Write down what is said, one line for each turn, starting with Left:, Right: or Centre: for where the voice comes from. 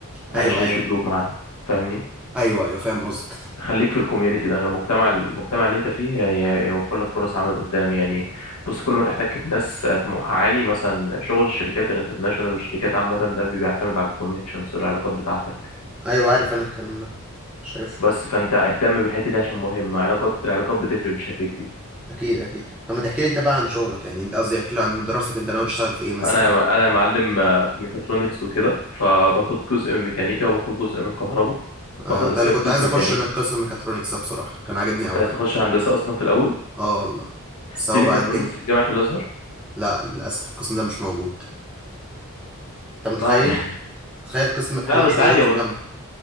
Left: عشان
Centre: ايوه ايوه
Left: يشدوك معاهم فاهمني
Centre: ايوه ايوه فاهم قصدك ده.
Left: خليك في الكوميونتي ده المجتمع المجتمع اللي انت فيه هي- هيوفر لك فرص عمل قدام يعني بص كل ما تحتك بناس طموحها عالي مثلا شغل الشركات الانترناشونال والشركات عامة ده بيعتمد على الكونكشنز والعلاقات بتاعتك
Centre: ايوه عارف انا الكلام ده شايفه
Left: بس فانت اهتم بالحتة دي عشان مهمة علاقات العلاقات بتفرق بشكل كبير
Centre: اكيد اكيد طب ما تحكي لي انت بقى عن شغلك يعني انت قصدي احكي لي عن دراستك انت ناوي تشتغل في ايه مثلا
Left: انا انا معلم آه، في ميكاترونكس وكده فباخد جزء من ميكانيكا وباخد جزء من كهرباء
Centre: ايوه
Left: باخد
Centre: ده
Left: اساسيات
Centre: اللي كنت
Left: قسم
Centre: عايز
Left: ميكانيكا
Centre: اخش انا القسم ميكاترونكس ده بصراحه كان عاجبني
Left: كنت
Centre: قوي
Left: عايز اخش هندسة اصلا في الاول
Centre: اه والله سوا
Left: في ميكاترونكس
Centre: بقى الدنيا
Left: في جامعة الازهر
Centre: لا للاسف القسم ده مش موجود انت متخيل
Left: ما علينا
Centre: تخيل قسم
Left: <laughs>
Centre: بحاله
Left: لا بس
Centre: مش موجود
Left: عادي
Centre: في الجامعه